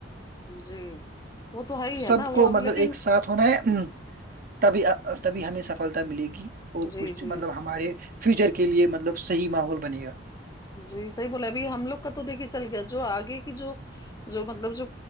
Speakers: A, on the left (about 20°); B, on the right (about 50°).
A: جی وہ تو ہے ہی ہے
B: سب
A: نا
B: کو
A: وہ اب
B: مطلب
A: لیکن
B: ایک ساتھ ہونا ہے ہم تبھی تبھی ہمیں سفلتا ملے گی اور
A: جی
B: کچھ
A: جی
B: مطلب ہمارے فیوچر کے لیے مطلب صحیح ماحول بنے گا
A: جی صحیح بولا ابھی ہم لوگ کا تو دیکھئے چل گیا جو آگے کی جو جو مطلب جو